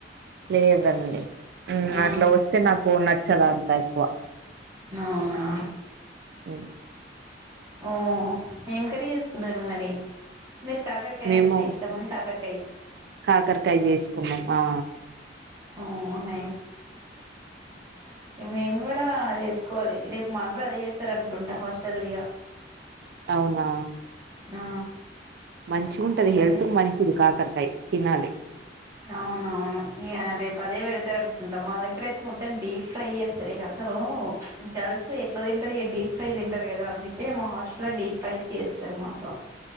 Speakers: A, on the right (about 60°); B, on the right (about 20°).
A: లేదండి
B: ఆ
A: అట్లా వస్తే నాకు నచ్చదు అంత ఎక్కువ
B: అవునా
A: మ్మ్
B: ఓ ఏం కర్రీ చేసుకున్నారు మరి మీరు కాకరకాయ
A: మేము
B: అంటే ఇష్టమనికాకరకా
A: కాకరకాయ చూసుకున్నావా
B: హా అవునే మేము కూడా చేసుకోవాలి రేపు మాకు కూడా అదే చేస్తారు అనుకుంటా హాస్టల్ ఇగా
A: అవునా
B: ఆ
A: మంచిగుంటది హేళ్తూ
B: ఏ
A: మంచిది కాకరకాయ తినాలి
B: అవున అవును ఇగా రేపు అదే పెడతారు అనుకుంటా మా దగ్గర అయితే మొత్తం డీప్ ఫ్రై చేస్తారు ఇగా సా లో గర్ల్స్ ఎట్లా తింటారు డీప్ ఫ్రై తింటారు కదా అందుకే మా హాస్టల్ లో డీప్ ఫ్రై చేస్త సరే మాకు